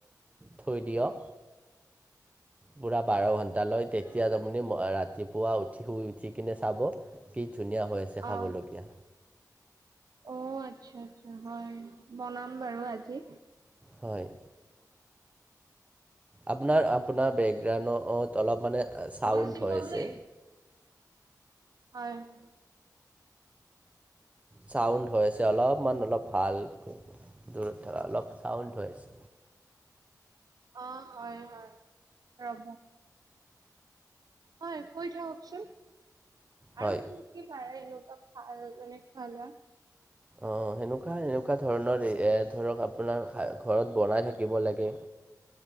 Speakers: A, on the right; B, on the right.
A: থৈ দিয়ক পুৰা বাৰ টালয় তেতিয়া তুপনি ৰাতিপুৱা উঠি শুই উঠি কিনে চাব, <unintelligible> কি ধুনীয়া হৈ আছে খাবলগীয়া
B: অহ অ আচ্ছা আচ্ছা হয় বনাম বাৰু আজি
A: হয় আপোনাৰ আপোনাৰ বেকগ্ৰাউণ্ড <unintelligible> অলপ মানে চাউণ্ড
B: ভগৱান সিম
A: হৈ
B: পলে
A: আছে
B: হয় <unintelligible> <unintelligible>
A: চাউণ্ড আ হৈছে অলপমান অলপ ভালকৈ <unintelligible> দূৰত থকা অলপ চাউণ্ড হৈ আছে
B: অ হয় হয় ৰব হয় কৈ থাককচোন
A: হয়
B: আৰু কি কি বাৰে এনেকুৱা ভাল অনেক ভাল <unintelligible>
A: অ সেনেকুৱা সেনেকুৱা ধৰণৰ এ ধৰক আপোনাৰ ঘৰত <unintelligible> বনাই থাকিব লাগে